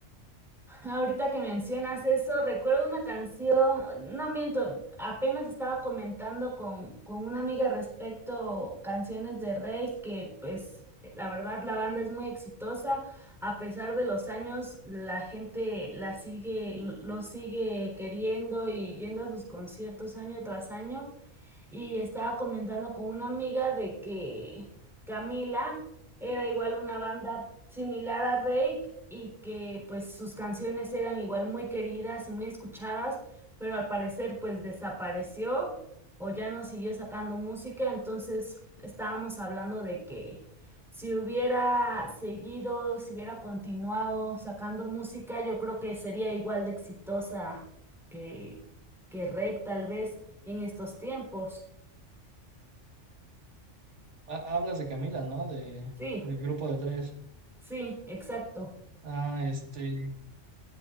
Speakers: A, in the centre; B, on the right.
A: Ahorita que mencionas eso, recuerdo una canción, no miento, apenas estaba comentando con, con una amiga respecto canciones de Rey, que pues la verdad la banda es muy exitosa, a pesar de los años la gente la sigue, lo lo sigue queriendo y yendo a sus conciertos año tras año. Y estaba comentando con una amiga de que Camila era igual una banda similar a Rake y que pues sus canciones eran igual muy queridas y muy escuchadas, pero al parecer pues desapareció o ya no siguió sacando música, entonces estábamos hablando de que si hubiera seguido, si hubiera continuado sacando música, yo creo que sería igual de exitosa que que Rake tal vez en estos tiempos.
B: Ha- hablas de Camila, ¿no? De
A: Sí,
B: el grupo de tres.
A: sí, exacto.
B: Ah, este,